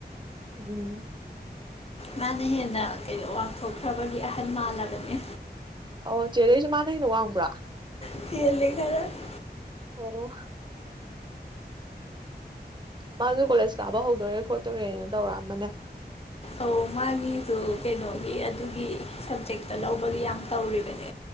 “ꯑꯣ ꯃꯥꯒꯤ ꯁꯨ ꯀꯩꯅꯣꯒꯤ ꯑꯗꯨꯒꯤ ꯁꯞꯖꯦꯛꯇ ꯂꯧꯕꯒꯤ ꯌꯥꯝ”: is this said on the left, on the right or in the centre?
Left